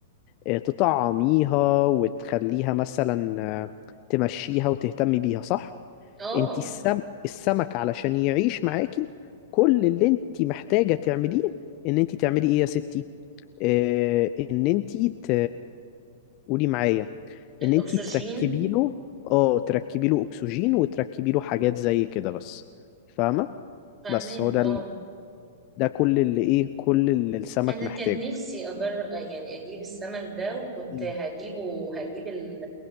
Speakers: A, on the left; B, on the right.
A: آه، تطعميها وتخليها مثلا آه، تمشيها وتهتمي بيها صح
B: اه
A: انت السم السمك علشان يعيش معاكي كل اللي انت محتاجة تعمليه ان انت تعملي ايه يا ستي آه، ان انتي ت... قولي معايا
B: الأكسجين
A: ان انتي تركبي له اه تركبي له اكسجين وتركبي له حاجات زي كده بس فاهمة
B: فاهمك
A: بس هو ده
B: اه
A: ال... ده كل اللي ايه كل اللي السمك
B: انا
A: محتاجه
B: كان نفسي أجر... يعني اجيب السمك ده وكنت
A: مم.
B: هجيبه وهجيب ال...